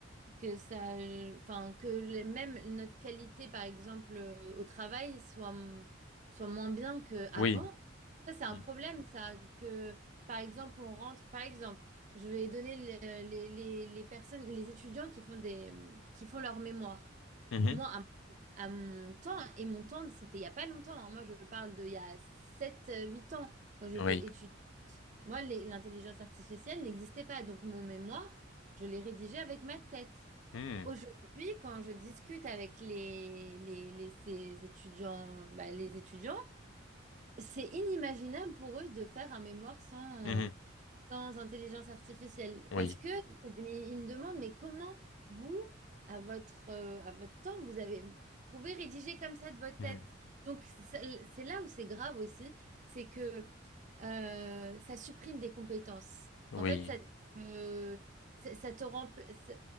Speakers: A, on the right (about 40°); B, on the left (about 80°).
A: que ça, enfin, que le- même notre qualité, par exemple, euh, au travail soit, m- soit moins bien qu'avant.
B: Oui.
A: Ça, c'est un
B: Mm.
A: problème, ça, que. Par exemple, on rentre, par exemple, je vais donner le- les, les- les personnes, les étudiants qui font des, qui font leur mémoire.
B: Mhm.
A: Moi, à, à mon temps, et mon temps, c'était il n'y a pas longtemps. hein. Moi, je parle de il y a sept euh, huit ans, quand j'étais
B: Oui.
A: étudiante. Moi, les- l'intelligence artificielle n'existait pas. Donc, mon mémoire, je l'ai rédigé avec ma tête.
B: Mm.
A: Aujourd'hui, quand je discute avec les, les, les- ces étudiants, bah, les étudiants, c'est inimaginable pour eux de faire un mémoire sans,
B: Mhm.
A: sans intelligence artificielle.
B: Oui.
A: Parce que, c'est- mais ils me demandent, mais comment vous, à votre, euh, à votre temps, vous avez, vous pouvez rédiger comme ça de votre
B: Mhm.
A: tête? Donc, c'est c'est là où c'est grave aussi, c'est que euh, ça supprime des compétences.
B: Oui.
A: En fait, ça, euh, ça, ça te rend, ça-